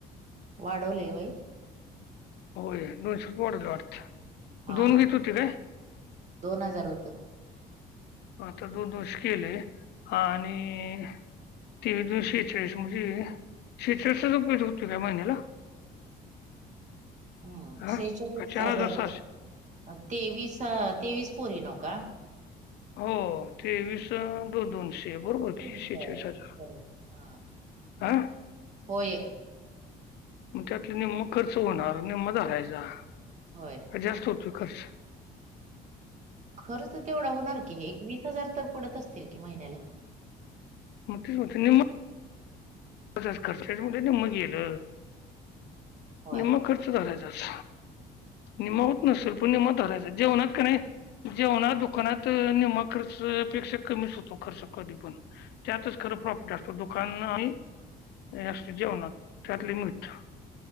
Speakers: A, on the right; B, on the left.
A: वाढवले होय
B: होय दोनशे रुपये वाढवले वाटत.
A: हा
B: दोन
A: हा
B: घेत होती काय
A: दोन हजार होत
B: आता दोन- दोनशे केले आणि
A: हम्म
B: तेवीस दोन्ही शेचाळीस म्हणजे <inaudible> होते काय महिन्याला
A: हम्म
B: हा
A: शेचाळीस
B: का चार
A: हजार
B: सहाशे
A: आहे तेवीस तेवीस पोरी नव का.
B: हो तेवीस दोन दोनशे
A: <unintelligible>
B: बरोबर की शेहेचाळीस हजार
A: हा
B: हा
A: होय
B: मग त्यातले निम्म खर्च होणार निम्म धरायचा
A: होय
B: जास्त होतोय खर्च
A: खर्च तेवढा होणार की एक वीस हजार तर पडत असतील की महिन्याला
B: होतील होतील निम्म पच खर्चाच निम्म गेलं
A: होय
B: निम्मा खर्च धरायचाच
A: हम्म
B: निम्मा होत नसेल पण नि्मा धरायच जेवणात का नाही जेवण दुकानात निम्मा खर्चपेक्षा कमीच होतो खर्चकधी पण त्यातच खरं प्रॉफिट असतो दुकान आणि असते जेवणात त्यातले मीठ